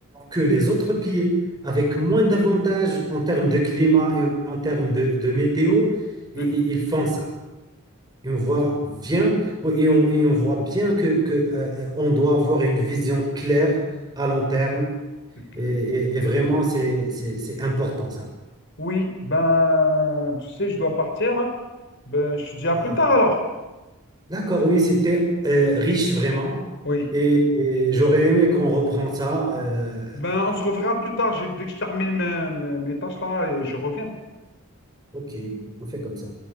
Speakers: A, on the right; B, on the left.
A: que les autres pays, avec moins d'avantages en termes de climat et en termes de, de météo, i-
B: Oui,
A: i- ils font ça. Et on voit bien, et on, et on voit bien que, que, euh, euh, on doit avoir une vision claire à long terme.
B: c'est clair.
A: Et, et- et vraiment, c'est, c'est, c'est important ça.
B: Oui, ben, tu sais, je dois partir là. Ben, je te dis à
A: Ah,
B: plus tard alors.
A: d'accord, oui, c'était euh, riche vraiment.
B: Oui.
A: Et,
B: J'ai bien
A: et j'aurais
B: aimé.
A: aimé qu'on reprend ça. euh,
B: Ben, on se reverra plus tard, j'ai- dès que je termine mes, mes mes tâches là et je reviens.
A: ok, on fait comme ça.